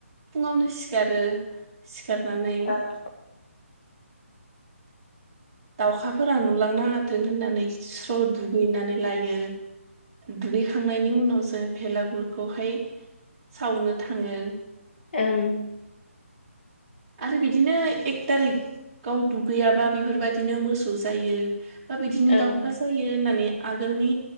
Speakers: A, on the right; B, on the left.
A: फुङावनो सिखारो खारनानै
B: ओं ओं
A: दाउखाफोरा नुलांनाङाथों होननानै स्र दुगैनानै लायो दुगैखांनायनि उनावसो भेलागुरखौहाय सावनो थाङो
B: ओं
A: आरो बिदिनो एक थारिखाव दुगैयाबा बेफोर बायदिनो मोसौ जायो बिदिनो
B: ओं
A: दाउखा जायो होननानै आगोलनि